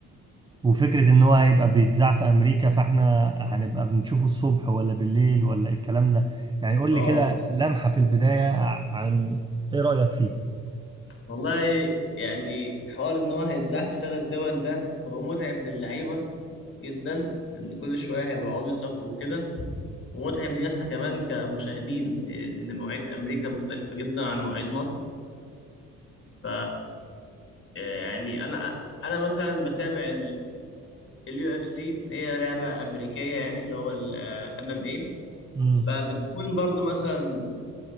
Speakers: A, on the right; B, on the left.
A: وفكرة ان هو هيبقى بيتذاع في امريكا فاحنا هنبقى بنشوفه الصبح ولا بالليل ولا إيه الكلام ده؟ يعني قول
B: اه
A: لي كده لمحة في البداية ع- عن ايه رأيك فيه؟
B: والله يعني حوار ان هو هيتزاح في ثلاث دول ده هو متعب للعيبه جدا لان كل شويه هيقعدوا يسافروا وكده ومتعب لينا احنا كمان كمشاهدين ان مواعيد امريكا مختلفه جدا عن مواعيد مصر ف يعني انا انا مثلا بتابع اليو اف سي هي لعبه امريكيه يعني اللي هو الام ام اي
A: امم
B: فبتكون برضو مثلا